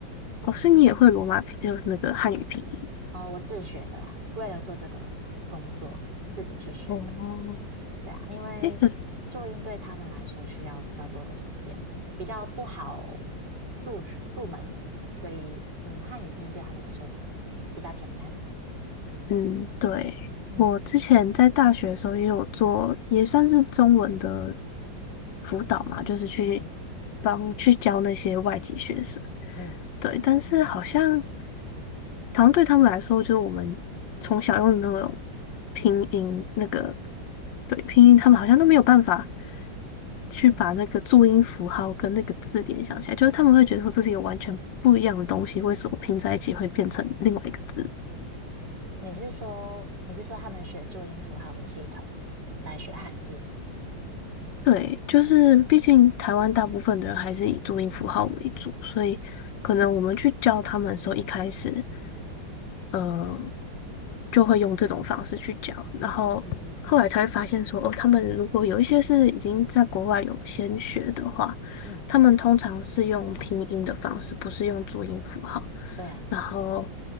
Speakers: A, on the left; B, on the right.
A: 哦，所以你也会罗马拼，就是那个汉语拼音。
B: 哦，我自学的啦，为了做这个工作自己去学的。
A: 哦，
B: 对啊，因为注音对他们来说需要比较多的时间，
A: 诶，可是，
B: 比较不好入入门，所以嗯，汉语拼音对他们来说比较简单。
A: 嗯，对，
B: 嗯
A: 我之前在大学的时候也有做，也算是中文的辅导嘛，就是去
B: 嗯
A: 帮去教那些外籍学生。
B: 嗯
A: 对，但是好像。好像对他们来说，就是我们从小用的那种拼音，那个对拼音，他们好像都没有办法去把那个注音符号跟那个字典想起来，
B: 嗯，
A: 就是他们会觉得说这是一个完全不一样的东西，为什么拼在一起会变成另外一个字？
B: 你是说你是说他们学注音符号的系统来学汉字吗？
A: 对，就是毕竟台湾大部分的人还是以注音符号为主，所以可能我们去教他们的时候，一开始。呃。就会用这种方式去教，然后后来才会发现说，
B: 嗯嗯
A: 哦，他们如果有一些是已经在国外有先学的话，
B: 嗯，
A: 他们通常是用拼音的方式，不是用注音符号。
B: 对啊，
A: 然后，